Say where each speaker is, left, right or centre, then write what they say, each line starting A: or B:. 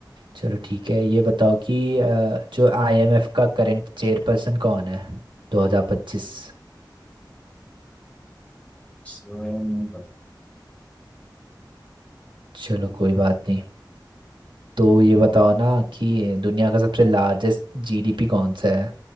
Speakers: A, on the right; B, on the left.
A: चलो ठीक है ये बताओ कि अ, जो आईएमएफ का करंट चेयरपर्सन कौन है 2025
B: सर नहीं पता
A: चलो कोई बात नहीं तो ये बताओ ना कि दुनिया का सबसे लार्जेस्ट जीडीपी कौन सा है